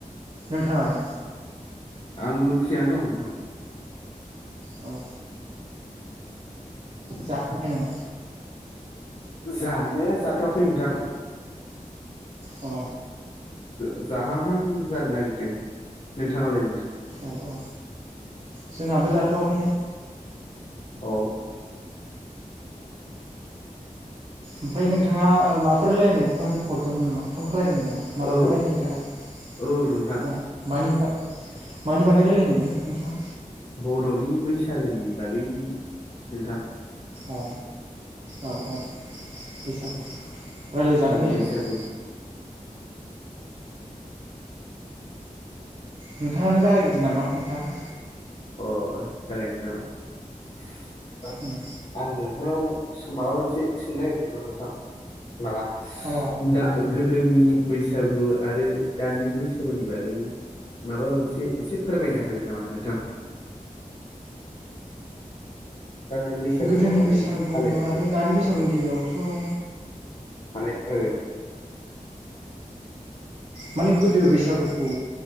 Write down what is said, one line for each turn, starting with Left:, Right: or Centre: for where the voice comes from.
Right: नोंथाङालाय?
Left: आंबो फ्रियानो दं नोंथां।
Right: औ जाखांबाय नामा?
Left: जानो जाथ'वाखै नोंथां।
Right: अ
Left: ज-जाहांहां जानो नागिरदों नोंथांङालाय नोंथां?
Right: औ औ जोंहाबो जाथ'वाखैनो।
Left: अ।
Right: ओमफाय नोंथाङा ओ माबाफोर रायलायनो फन हरदोंमोन नामा फन खालायदोंमोन नामा माबाफोर
Left: औ
Right: रायलायनो थाखाय
Left: औ नोंथां
Right: अ मानिबा मानि बागै रायलायनोमोन नोंथां?
Left: बर'नि बैसागोनि बागै नोंथां।
Right: अ औ औ। बैसागु राय्लायजागोन
Left: उम
Right: दे
Left: बैसागु
Right: नोंथां नोंथाङानो जागग्रोदो नामा नोंथाङा।
Left: अ जागायनोसै नामा
Right: उम
Left: आं नोंथांनाव माबा मोनसे सोंनो नागिरदोंमोन नोंथां माबा
Right: अ
Left: दा गोदोनि बैसागु आरो दानि बैसागुनि बागै माबा मोनसे एसे फोरमायनो हागोन नामा नोंथां थारमानानि बैसागु
Right: गोदोनि
Left: माबानायनि
Right: बैसागु
Left: हालेनायनि
Right: आरो दानि बैसागुनि गेजेरावथ'
Left: मानाय ओ
Right: माने गोदो बैसागुखौ